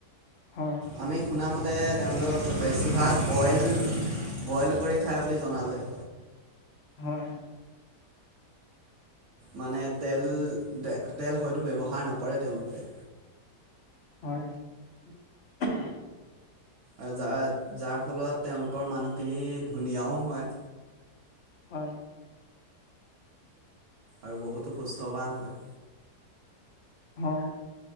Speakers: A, on the left; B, on the right.
A: হয়
B: আমি শুনা মতে তেওঁলোকক বেছিভাগ বইল, বইল কৰি খায় বুলি জনা যায়।
A: হয়।
B: মানে তেল, তে তেল হয়তো ব্যৱহাৰ নকৰে তেওঁলোকে।
A: হয়, উ অহ।
B: আৰু যাৰ যাৰ ফলত তেওঁলোকৰ মানুহখিনি ধুনীয়াও হয়।
A: হয়।
B: আৰু বহুতো সুস্থৱান হয়।
A: হয়